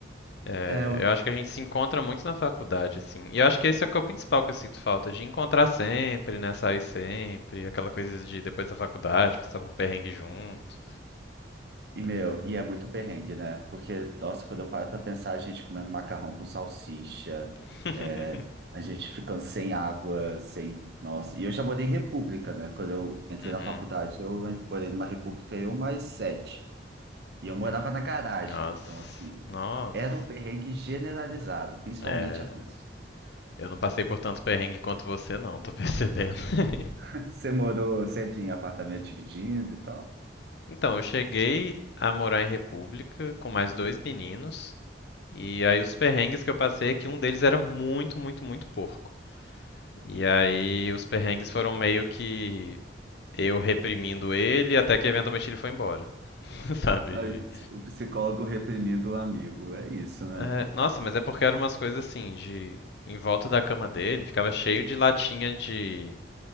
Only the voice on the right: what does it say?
É, outro-
E, meu,
e é muito perrengue, né? Porque, nossa, quando eu paro pra pensar, a gente comendo macarrão com salsicha,
é, a gente ficando sem água, sem. Nossa, e eu já morei em república, né? Quando eu entrei
na faculdade, eu en- morei numa república, eu mais sete. E eu
morava na garagem,
então, assim,
era um perrengue generalizado, principalmente
a coisa.
<laughs> Você morou sempre em apartamento dividindo e tal?
Aí,
o psicólogo reprimindo o amigo, é isso, né?